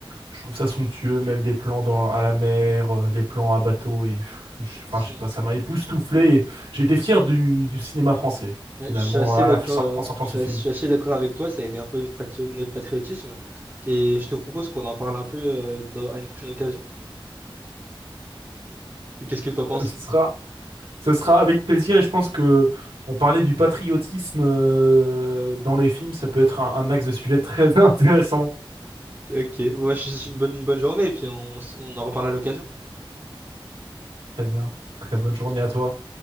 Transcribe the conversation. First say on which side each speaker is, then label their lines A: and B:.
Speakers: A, on the right; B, on the right.
A: Je trouve ça somptueux, même les plans dans, à la mer, euh, les plans à bateau. Et, pff, je-
B: Ok.
A: enfin, je sais pas, ça m'a époustouflé. et J'étais fier du, du cinéma français,
B: Ouais,
A: finalement,
B: je suis assez
A: à
B: d'accord,
A: la, sor-
B: euh,
A: en sortant
B: je
A: de
B: suis
A: ce
B: as-
A: film.
B: je suis assez d'accord avec toi, ça éveille un peu notre, patri- notre patriotisme. Et je te propose qu'on en parle un peu euh, dans- à une prochaine occasion. Et qu'est-ce que tu en penses?
A: <laughs> Ce sera, ce sera avec plaisir et je pense que euh, parler du patriotisme euh, dans les films, ça peut être un, un axe de sujet très <laughs> intéressant.
B: Ok, ouais, je te souhaite une bonne, une bonne journée et puis on, s- on en reparle à l'occasion.
A: Très bien. Très bonne journée à toi.